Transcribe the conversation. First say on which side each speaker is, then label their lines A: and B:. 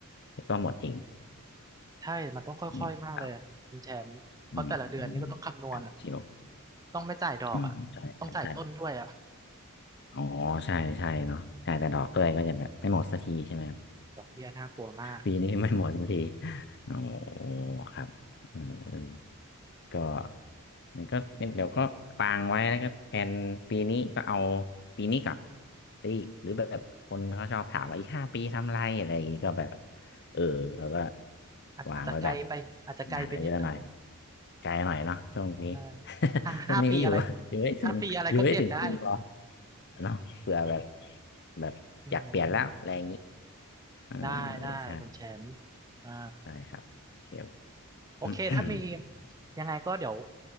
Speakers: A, on the left; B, on the right.
A: เดี๋ยวก็หมดเอง
B: ๆใช่มันต้องค่อยๆมากเลยคุณแชมป์เพราะแต่ละเดือนนี่ก็ต้องคำนวณอ่ะ
A: อืมครับอืมอืมครับเชียว
B: ต้องไม่จ่ายดอกอ่ะต้องจ่ายต้นด้วยอ่ะ
A: อืมใช่ใช่ใช่อ๋อใช่ใช่เนาะใช่แต่ดอกด้วยก็จะแบบไม่หมดสักทีใช่ไหม
B: ดอกเบี้ยน่ากลัวมาก
A: ปีนี้ไม่หมดสักทีโอ้ครับเออก็นี่ก็เดี๋ยวก็วางไว้แล้วก็แผนปีนี้ก็เอาปีนี้กลับไปอีกหรือแบบคนเขาชอบถามว่าอีกห้าปีทำอะไรอะไรอย่างงี้ก็แบบเออแล้วก็
B: หรืออาจอาจจะไกลไปอาจจะไกลไปนิดนึง
A: วางไว้แบบงานเยอะหน่อยไกลหน่อยเนาะช่วงนี้
B: ใช่
A: <laughs>
B: ห้าห้าปีอะไร
A: ช่วงนี้อยู่อยู่ให้ถึงอยู่ให้ถึงปีก่อน
B: ห้าปีอะไรก็เปลี่ยนได้
A: เนาะเผื่อแบบแบบอยากเปลี่ยนแล้วอะไรอย่างงี้
B: อืม
A: เออ
B: ได้ ได้
A: ใช่
B: คุณแชมป์อ่า
A: ได้ครับเชล
B: โอเคถ้ามี
A: <coughs>
B: ยังไงก็เดี๋ยว